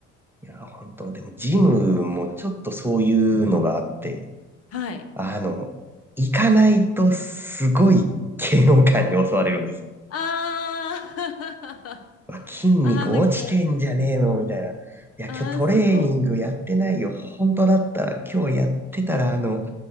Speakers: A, in the centre; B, on the left.
A: いや、本当でもジムもちょっとそういうのがあって、
B: はい
A: あの、行かないとすごい嫌悪感に襲われるんですよ
B: あー <laughs>
A: うわ筋肉落ちてんじゃねえのみたいな。
B: あーなんか
A: いや、
B: あーそこ
A: 今日トレーニングやってないよ。本当だったら今日やってたら、あの、